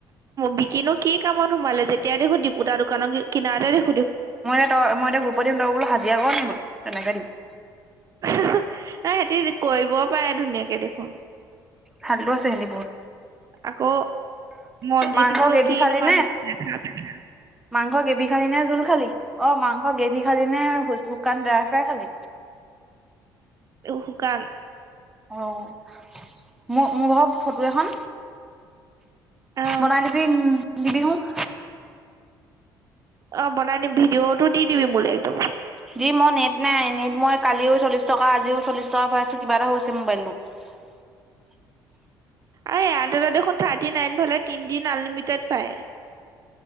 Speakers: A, on the right (about 45°); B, in the centre.
A: বিকিনো কি কামত সোমালে যেতিয়াই দেখোঁ দিপু দাৰ দোকানৰ কিনাৰ এতে দেখোঁ।
B: মই এতিয়া তই মই এতিয়া গ্ৰুপত দিম তই বোলো হাজিৰা কৰা নে বোলো তেনেকে দিম।
A: এই সিহঁতি কৰিব পাৰে ধুনীয়াকে দেখোন।
B: ভালতো আছে সি বহুত।
A: আকৌ মনজিত
B: মাংস
A: মনো
B: গ্ৰেভি খালি নে
A: <unintelligible>
B: মাংস গেভি খালি নে জোল খালি? অ মাংস গেভী খালি নে শুকান ড্ৰাই ফ্ৰাই খালি।
A: শুকান।
B: অ', মই মোৰ ভাগৰ ফটো এখন
A: আহ
B: বনাই নিবি নিবি হোন।
A: অ', বনাই নি ভিডিঅ'টো দি দিবি মোলৈ একদম।
B: দি মই নেট নাই নেট মই কালিও চল্লিশ টকা আজিও চল্লিশ টকা পাইছো কিবা এটা হৈছে মোবাইলটো। <unintelligible>
A: আৰে এয়াৰটেলৰ দেখোন থাৰ্টি নাইন ভৰালে তিনদিন আনলিমিটেড পাই।